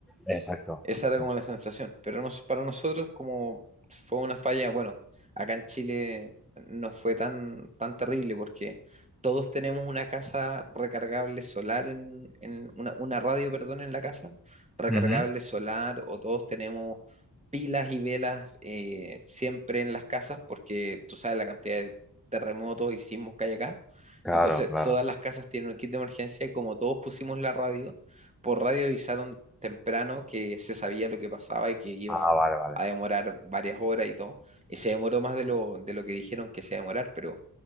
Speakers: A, in the centre; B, on the right (about 15°).
A: Exacto.
B: Esa era
A: sí,
B: como
A: sí.
B: la sensación, pero nos- para nosotros como fue una falla, bueno, acá en Chile no fue tan, tan terrible porque todos tenemos una casa recargable solar en, en una, una radio, perdón, en la casa, recargable
A: Ujú.
B: solar o todos tenemos pilas y velas eh, siempre en las casas porque tú sabes la cantidad de terremotos y sismos que hay acá.
A: Claro,
B: Entonces
A: claro.
B: todas las casas tienen un kit de emergencia y como todos pusimos la radio, por radio avisaron temprano que se sabía lo que pasaba y que iba
A: Ah, vale, vale.
B: a demorar varias horas y todo. Y se demoró más de lo, de lo que dijeron que se iba a demorar, pero,